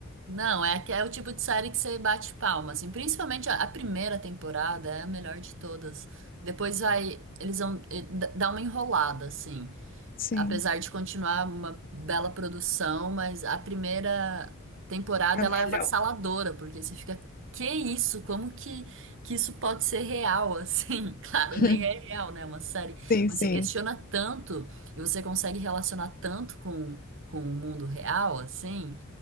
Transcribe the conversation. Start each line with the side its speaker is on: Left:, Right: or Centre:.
Right: Não, é, que- é o tipo de série que você bate palma, assim. Principalmente a, a primeira temporada é a melhor de todas. Depois vai, eles vão eh, d- dar uma enrolada, assim.
Left: Sim,
Right: apesar de continuar uma bela produção, mas a primeira temporada
Left: é melhor.
Right: ela é avassaladora, porque você fica, que isso? Como que, que isso pode ser real <laughs> assim? Claro,
Left: <laughs>
Right: nem é real, né? É uma série,
Left: Sim,
Right: mas
Left: sim.
Right: você questiona tanto e você consegue relacionar tanto com, com o mundo real assim.